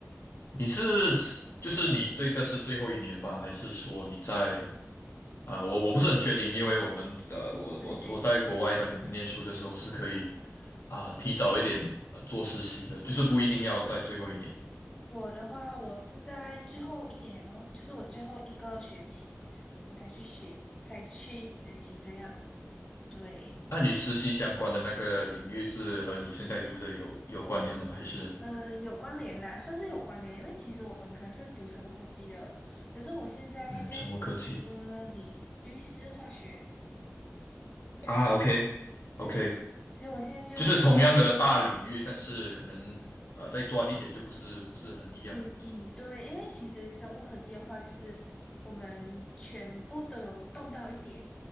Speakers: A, on the left; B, on the left.
A: 你是就是你这个是最后一年吧？还是说你在啊、我我不是很确定，因为我们的我我我在国外那边念书的时候是可以
B: 对对，
A: 啊、提早一点呃做实习的，就是不一定要在最后一年。
B: 我的话，我是在最后一年哦，就是我最后一个学期，我才去学，才去实习这样。对，
A: 那你实习相关的那个领域是和你现在读的有有关联吗？还是
B: 呃，有关联啦，算是有关联，因为其实我本科是读生物科技的，可是我现在在实习的这个领域是化学，
A: 嗯，生物科技啊？OK
B: 对，
A: OK。
B: 所以我现在就。
A: 就是同样的大领域，但是可能呃再专一点就不是不是很一样的东西。
B: 嗯嗯，对，因为其实生物科技的话，就是我们全部都有动到一点，